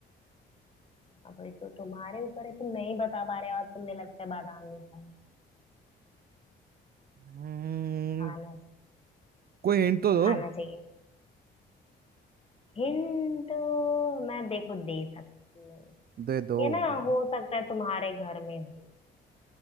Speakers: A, on the left (about 30°); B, on the right (about 50°).
A: अब ये तो तुम्हारे ऊपर है तुम नहीं बता पा रहे हो और तुमने लगता है बादाम नहीं खाया
B: हम्म,
A: खाना
B: कोई हिंट तो दो
A: खाना चाहिए हिंट मैं देखो दे सकती हूँ
B: दे दो
A: ये ना
B: दे दो
A: हो सकता है तुम्हारे घर में हो।